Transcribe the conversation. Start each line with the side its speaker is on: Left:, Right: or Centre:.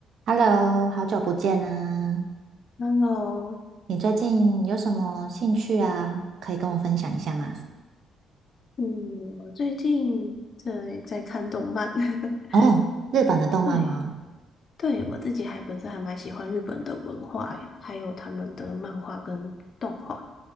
Right: Hello，好久不见啊！
Left: Hello，
Right: 你最近有什么兴趣啊？可以跟我分享一下吗？
Left: 嗯，我最近在在看动漫，<laughs>
Right: 哦，日本的动漫吗？
Left: 对，对，我自己还本身还蛮喜欢日本的文化呀，还有他们的漫画跟动画。